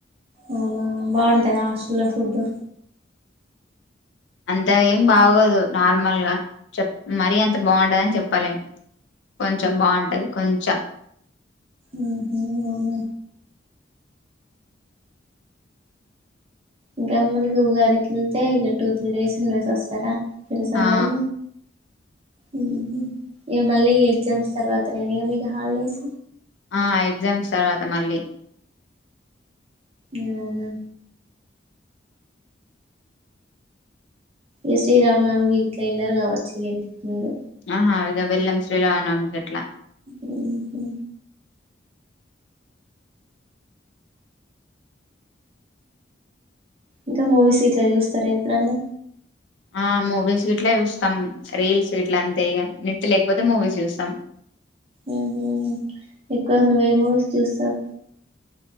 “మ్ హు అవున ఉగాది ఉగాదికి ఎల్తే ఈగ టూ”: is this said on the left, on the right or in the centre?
Right